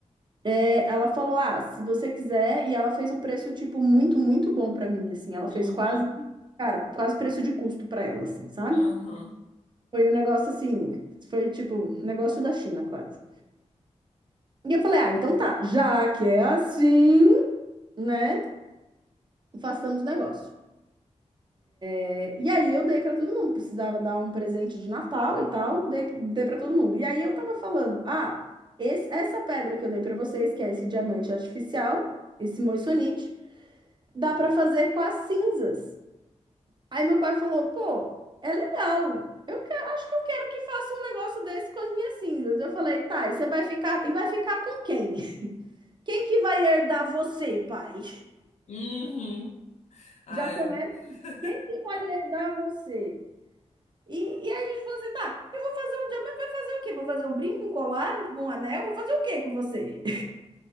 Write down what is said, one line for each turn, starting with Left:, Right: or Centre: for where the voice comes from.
Right: é, ela falou: Ah, se você quiser, e ela fez um preço, tipo, muito, muito bom para mim, assim. Ela
Left: uhum,
Right: fez quase, cara, quase preço de custo para ela, assim, sabe?
Left: uhum,
Right: Foi um negócio assim, foi tipo, um negócio da China, quase. E eu falei: Ah, então tá, já que é assim, né, façamos negócio. É, E aí eu dei pra todo mundo, precisava dar um presente de Natal e tal, dei, dei para todo mundo. E aí eu tava falando, ah, esse- essa pedra que eu dei pra vocês, que é esse diamante artificial, esse moissanite, dá pra fazer com as cinzas. Aí meu pai falou, pô, é legal. Eu quero, acho que eu quero que faça um negócio desse com as minhas cinzas. Eu falei, tá, e você vai ficar, e vai ficar com quem? <laughs> Quem que vai herdar você, pai?
Left: uhum. Ai,
Right: Já começa,
Left: <laughs>
Right: quem que vai herdar você? E, e aí a gente falou assim, tá, eu vou fazer um diamante, vai fazer o quê? Vou fazer um brinco, um colar, um, um anel? Vou fazer o quê com você?